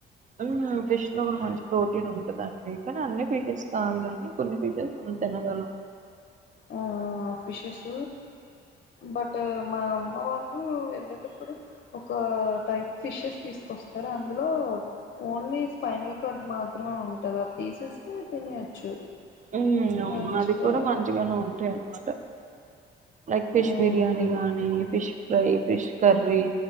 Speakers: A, on the right; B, on the left.
A: హమ్ ఫిష్ లో కూడా మంచి ప్రోటీన్ ఉంది దండి కని ఫిటిస్ సాగాదండి కొన్ని పీసెస్ మనం తినగలం
B: ఆ ఫిషెస్ బట్ మా అమ్మ వాళ్ళు వెళ్ళేటప్పుడు ఒక టైప్ ఫిషెస్ తీసుకొస్తారు అందులో ఓన్లీ స్పైనల్ కార్డ్ మా ఉంటాది ఆ పీసేస్ ని తినేయచ్చు
A: ఉం అవును
B: మంచిగా
A: అది కూడా మంచిగానే ఉ టై అనమాట లైక్ ఫిష్
B: మ్మ్
A: బిర్యానీ గానీ ఫిష్ ఫ్రై ఫిష్ కర్రీ